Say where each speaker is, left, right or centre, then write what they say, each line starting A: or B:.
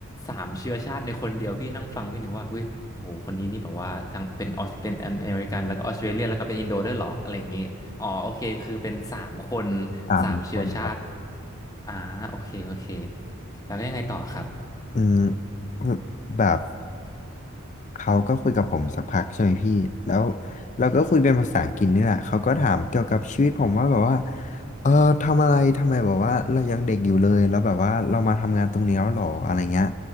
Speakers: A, on the left (about 15°); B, on the left (about 35°).
A: สามเชื้อชาติในคนเดียวพี่นั่งฟังพี่นึกว่าอุ้ยโอ้โหคนนี้นี่แบบว่าทั้งเป็นออสเป็นอเมริกันแล้วก็ออสเตรเลียแล้วก็เป็นอินโดด้วยเหรออะไรอย่างงี้อ๋อ โอเค คือเป็นสามคน
B: สามคนครับ
A: สามเชื้อชาติอ่าโอเคโอเค แล้วก็ยังไงต่อครับ
B: อืมแบบ เขาก็คุยกับผมสักพักใช่ไหมพี่แล้วเราก็คุยเป็นภาษาอังกฤษนี่แหละ เขาก็ถามเกี่ยวกับชีวิตผมว่าแบบว่าเออทำอะไรทำไมแบบว่าเรายังเด็กอยู่เลย แล้วแบบว่าเรามาทำงานตรงนี้แล้วหรออะไรเงี้ย